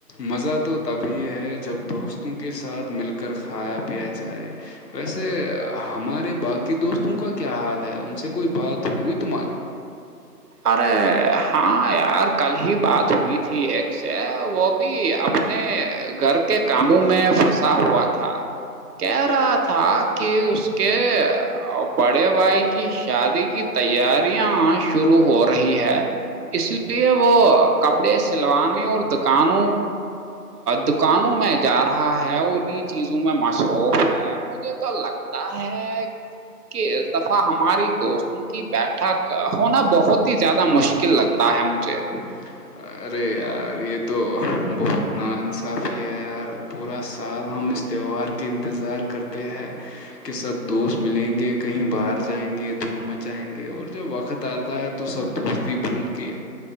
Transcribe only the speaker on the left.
مزہ تو تبھی ہے جب دوستوں کے ساتھ مل کر کھایا پیا جائے ویسے ہمارے باقی دوستوں کا کیا حال ہے ان سے کوئی بات ہوئی تمہاری
<unintelligible> <inaudible> ارے یار یہ تو بہت نا انصافی ہے یار پورا سال ہم اس تہوہار کے انتظار کرتے ہیں کہ سب دوست ملیں گے کہیں باہر جائیں گے دھوم مچائیں گے اور جب وقت آتا ہے تو تو سب دوستی بول کے